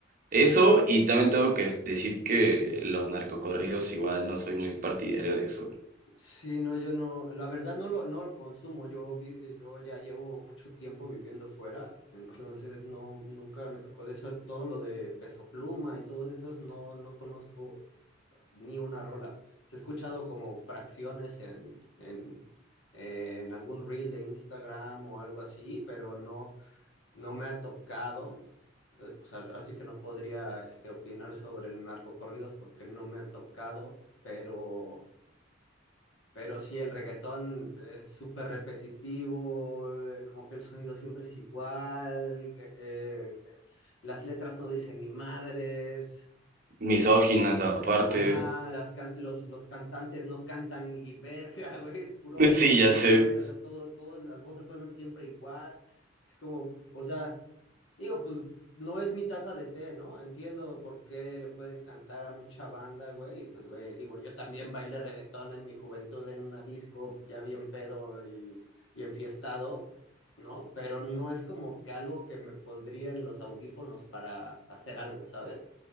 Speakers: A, on the right (about 45°); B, on the left (about 80°).
A: Eso, y también tengo que decir que los narcocorridos igual no soy muy partidario de eso. güey.
B: sí, no, yo no, la verdad no lo, no lo consumo. Yo, vi- eh, yo ya llevo mucho tiempo viviendo fuera, entonces no, nunca me tocó. De hecho, todo lo de Peso Pluma y todos esos no, no conozco ni una rola. Se ha escuchado como fracciones en, en, en algún reel de Instagram o algo así, pero no, no me ha tocado. eh, O sea, así que no podría este, opinar sobre el narcocorridos porque no me ha tocado, pero, pero sí, el reggaetón es súper repetitivo, eh, como que el sonido siempre es igual, eh, eh, las letras no dicen ni madres,
A: Misóginas
B: eh,
A: aparte.
B: eh, ajá, las can- los, los cantantes no cantan ni verga, <laughs> güey, es puro
A: <laughs>
B: autotune,
A: Sí, ya sé.
B: güey, o sea, todo, todas las voces suenan siempre igual, es como, o sea, Digo, pues no es mi taza de té, ¿no? Entiendo por qué le puede encantar a mucha banda, güey. Y pues, güey, digo, yo también bailé reggaetón en mi juventud en una disco, ya bien pedo y, y enfiestado, ¿no? Pero no es como que algo que me pondría en los audífonos para hacer algo, ¿sabes?